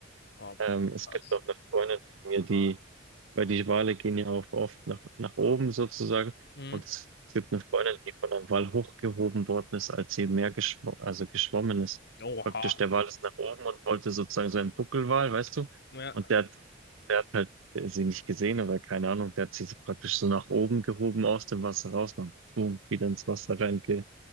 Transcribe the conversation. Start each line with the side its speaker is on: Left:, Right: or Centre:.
Left: aber
Right: Ähm, es
Left: krass.
Right: gibt auch eine Freundin von mir, die, weil die Wale gehen ja auch oft nach, nach oben sozusagen.
Left: Mhm.
Right: Und es gibt eine Freundin, die von einem Wal hochgehoben worden ist, als sie im Meer geschw also geschwommen ist.
Left: Oha.
Right: Praktisch der Wal ist nach oben und wollte sozusagen so einen Buckelwal, weißt du?
Left: Ja,
Right: Und der hat, der hat halt äh, sie nicht gesehen oder keine Ahnung, der hat sie so praktisch so nach oben gehoben aus dem Wasser raus und boom, wieder ins Wasser reingelassen.